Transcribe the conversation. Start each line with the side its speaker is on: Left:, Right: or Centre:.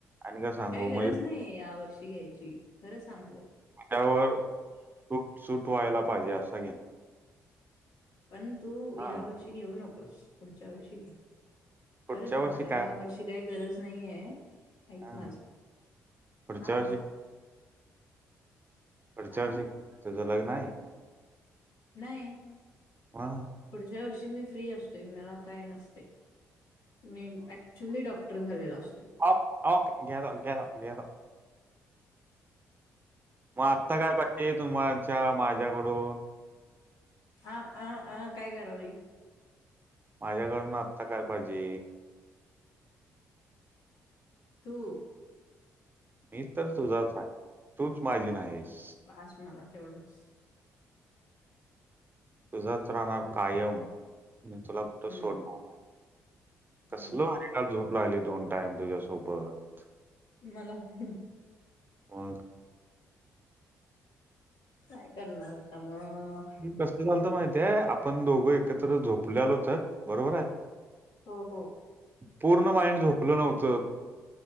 Right: आणि सांगू
Left: काय गरज
Right: म्हणजे
Left: नाही या वर्षी घ्यायची खरं सांगायलोय.
Right: त्यावर सुूट सुट व्हायला पाहिजे असा घेण.
Left: पण तू या
Right: हां.
Left: वर्षी घेऊ नकोस पुढच्या वर्षी घे.
Right: पुढच्या
Left: खरं सांगालोय,
Right: वर्षी काय
Left: या वर्षी काही गरज नाहीये. ऐक
Right: हां.
Left: माझं,
Right: पुढच्या
Left: हा.
Right: वर्षी पुढच्या
Left: हा
Right: वर्षी, तुझं लग्न आहे?
Left: नाही
Right: हा
Left: पुढच्या वर्षी मी फ्री असतोय, मला काय नसतय. मी ऍक्च्युली डॉक्टर झालेलो असतोय.
Right: ओक ओक, घ्या जावा, घ्या जावा, घ्या जावा. मग आत्ता काय पाहिजे तुमच्या माझ्याकडून?
Left: अ, आ, अ काय करालाईस?
Right: माझ्याकडून आत्ता काय पाहिजे?
Left: तू.
Right: मी तर तुझाच आहे. तूच माझी नाही आहेस.
Left: बास मला तेवढंच.
Right: तुझाच राहणार कायम. मी तुला कुठ
Left: हम्म
Right: सोडणार आहे, कसल
Left: हम्म
Right: आहे काल झोप लागली दोन टाईम तुझ्यासोबत
Left: मला पण
Right: मग
Left: काय करणार आता मग
Right: कसं झालंत माहितीय? आपण दोघं एकत्र झोपलेलो तर बरोबर आहे
Left: हो हो.
Right: पूर्ण माइंड झोपलं नव्हतं